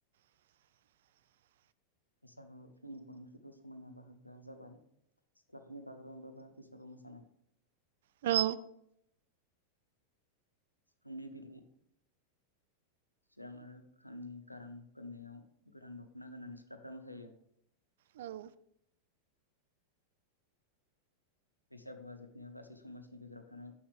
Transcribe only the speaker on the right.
<inaudible>
औ
औ